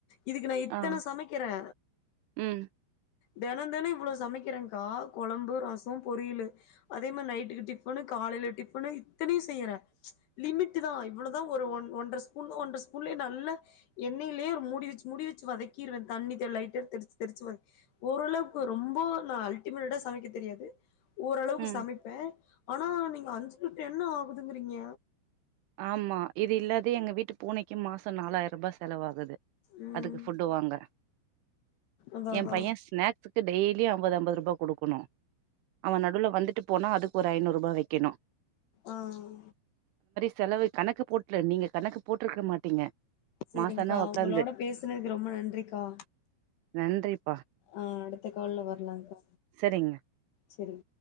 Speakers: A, on the left; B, on the right.
A: இதுக்கு நா இத்தனை
B: ஆ
A: சமைக்கறே.
B: ம்
A: தினம் தினம் இவ்ளோ சமைக்கிறேக்கா கொழம்பு, ரசம், பொரியலு. அதே மாதிரி நைட்டுக்கு டிஃபன், காலையில டிஃபன் இத்தனையும் செய்றே. லிமிட் தா இவ்ளோதா ஒரு ஒன் ஒன்றை ஸ்பூன் ஒன்றை ஸ்பூன்லயே நல்லா எண்ணெய்லயே ஒரு மூடி வச்சி மூடி வச்சி வதக்கிருவே தண்ணி லைட்டா தெரிச்சி தெரிச்சி வ. ஓரளவுக்கு ரொம்பொ நா அல்டிமேட்டடா சமைக்க தெரியாது. ஒ ஓரளவுக்கு
B: ம்
A: சமைப்பே ஆனா நீங்க அஞ்சி லிட்டரு எண்ணெ ஆகுதுங்கிறிங்க.
B: ஆமா இது இல்லாது எங்க வீட்டு பூனக்கி மாச நாலாயிரம் ரூபா செலவாகு அது
A: ம்
B: அதுக்கு ஃபுட்டு வாங்க.
A: அதா
B: ஏ
A: அதா
B: பையெ ஸ்நாக் க்கு டெய்லி அம்பது அம்பது ரூபா குடுக்கணு. அவ நடூல வந்துட் போனா அதுக்கு ஒரு ஐநூறு ரூபா வெக்கணு.
A: ஆஹ்
B: செலவு கணக்கு போட்டுலு நீங்க கணக்கு போட்ருக்க மாட்டீங்க.
A: செரிங்க்கா,
B: மாசானா ஒக்காந்து
A: ஒங்களோட பேசுனதுக்கு ரொம்ப நன்றிக்கா.
B: நன்றி
A: ஆஹ் அடுத்த கால்ல வரலாக்கா
B: சரிங்க
A: செரி